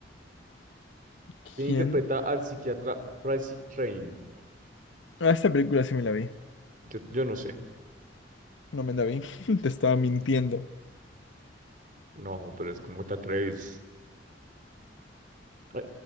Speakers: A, on the left; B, on the right.
A: ¿Quién?
B: ¿Quién interpreta al psiquiatra Pricey Train?
A: Ah, esta película sí me la vi.
B: Yo, yo no sé.
A: No me la vi. <laughs> Te estaba mintiendo.
B: No, pero es como te atreves. Ay,